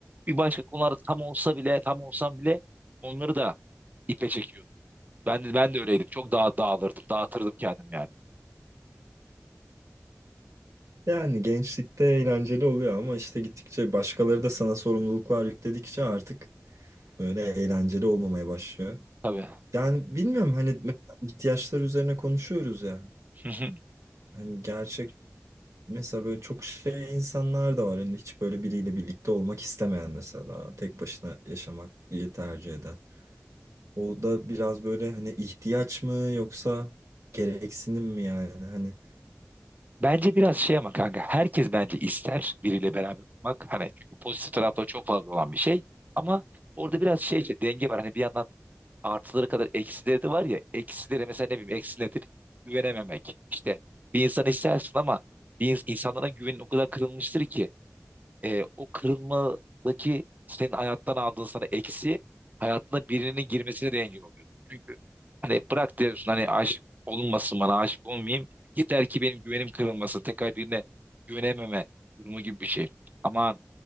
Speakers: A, on the right; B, on the right.
A: Bir başka konularda tam olsa bile tam olsam bile onları da ipe çekiyor. Ben, ben de öyleydim. Çok daha dağılırdım. Dağıtırdım kendim yani.
B: Yani gençlikte eğlenceli oluyor ama işte gittikçe başkaları da sana sorumluluklar yükledikçe artık öyle eğlenceli olmamaya başlıyor.
A: Tabii.
B: Yani bilmiyorum hani mesela ihtiyaçlar üzerine konuşuyoruz ya.
A: <laughs>
B: Hani gerçek mesela böyle çok şey insanlar da var. Hani hiç böyle biriyle birlikte olmak istemeyen mesela tek başına yaşamak iyi tercih eden. O da biraz böyle hani ihtiyaç mı yoksa gereksinim mi yani hani
A: Bence biraz şey ama kanka herkes bence ister biriyle beraber olmak. Hani çünkü pozitif tarafları çok fazla olan bir şey. Ama orada biraz şey işte denge var. Hani bir yandan artıları kadar eksileri de var ya. Eksileri mesela ne bileyim eksi nedir? Güvenememek. İşte bir insan istersin ama bir ins- insanlara güvenin o kadar kırılmıştır ki. e, o kırılmadaki senin hayattan aldığın sana eksi hayatına birinin girmesine de engel oluyor. Çünkü hani bırak diyorsun hani aşık olunmasın bana aşık olmayayım. Yeter ki benim güvenim kırılmasın. Tekrar birine güvenememe durumu gibi bir şey. Ama